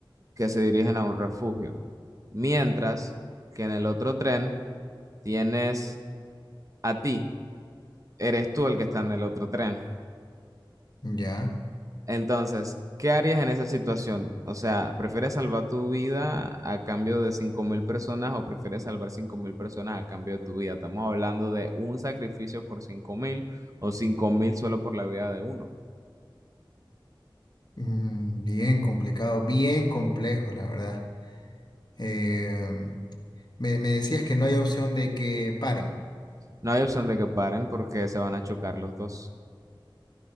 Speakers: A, on the right; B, on the left.
A: que se dirigen a un refugio. Mientras que en el otro tren tienes a ti, eres tú el que está en el otro tren.
B: ya.
A: Entonces, ¿qué harías en esa situación? O sea, ¿prefieres salvar tu vida a cambio de 5.000 personas o prefieres salvar 5.000 personas a cambio de tu vida? Estamos hablando de un sacrificio por 5.000 o 5.000 solo por la vida de uno.
B: Mm, bien complicado, bien complejo, la verdad. Em, Me, me decías que no hay opción de que paren.
A: No hay opción de que paren porque se van a chocar los dos.